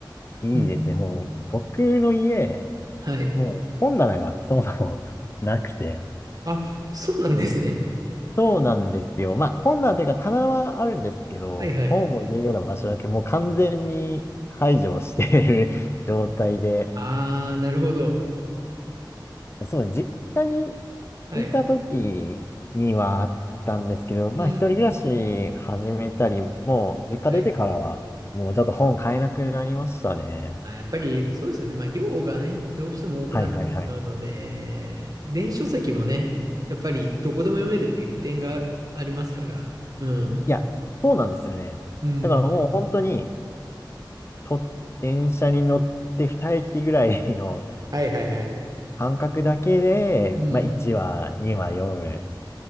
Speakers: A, on the left; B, on the right.
A: いいですね。
B: うん。
A: もう、僕の家、
B: はい。
A: もう本棚がそもそも <laughs> なくて。
B: あ、そうなんですね。
A: そうなんですよ。まあ、本棚というか棚はあるんですけど、
B: はいはい。
A: 本を入れるような場所だけもう完全に排除している <laughs> 状態で、
B: ああ、なるほど。
A: そうです。実家に
B: はい。
A: いた時にはあったんですけど、まあ一人暮らし始めたり、
B: うん。
A: もう実家出てからは、
B: はい。
A: もうちょっと本買えなくなりましたね。
B: まあ、やっぱりそうですよね。まあ、量がね、どうしても多くなってしまうので、
A: はいはいはい。
B: 電子書籍もね、やっぱりどこでも読めるっていう利点がありますから。うん。
A: いや、そうなんですよね。
B: うん。
A: だからもう本当に、と、電車に乗って二駅ぐらいの
B: はいはいはい。
A: 間隔だけで、
B: うん。
A: まあ1話、2話読む